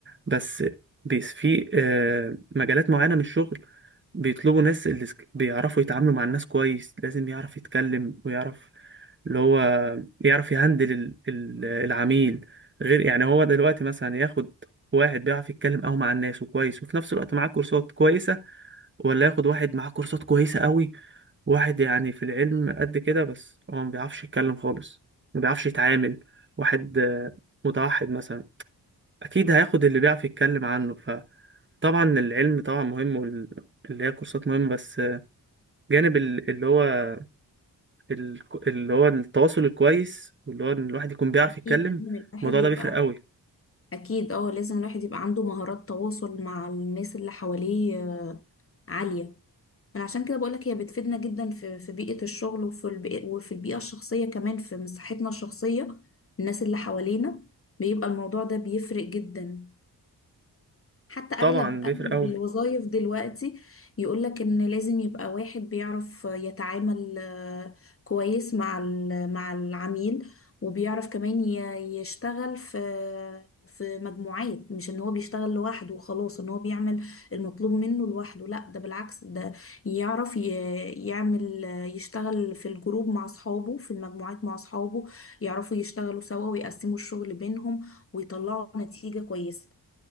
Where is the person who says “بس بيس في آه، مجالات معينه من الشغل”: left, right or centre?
Right